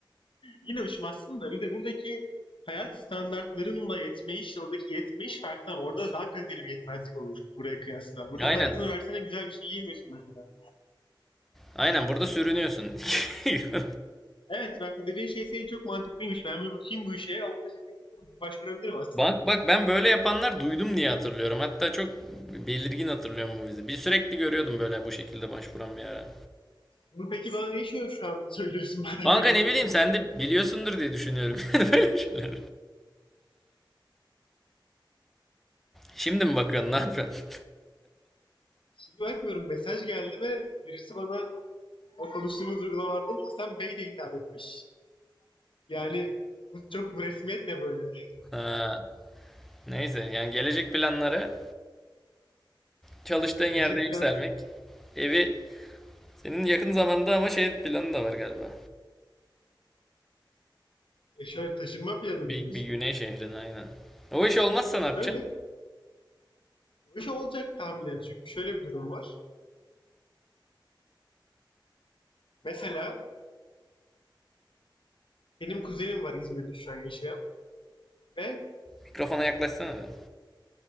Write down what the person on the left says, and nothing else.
yine uçmazsın da bir de buradaki hayat standartlarınla yetmeyiş, oradaki yetmeyiş farklı ama orada daha kaliteli bir yetmezlik olur buraya kıyasla. Burada
parasını versene güzel bir şey yiyemiyorsun mesela.
Evet bak bu dediğin şey senin çok mantıklıymış. Ben bir bakayım bu işe. Ama da şirketle konuşup başvurabilirim aslında.
Bunu peki bana ne şu, şu an söylüyorsun <laughs> madem
böyle
bir şey
biliyordun.
Şimdi bakmıyorum mesaj geldi ve birisi bana o konuştuğumuz uygulamalardan Hasan Bey de hitap etmiş. Yani bu çok bu resmiyetle böyle.
Gelecek
plan,
e şöyle taşınma planı
mı diyorsun?
Şöyle, o iş olacak tahminen çünkü şöyle bir durum var. Mesela benim kuzenim var İzmir'de şu an yaşayan ve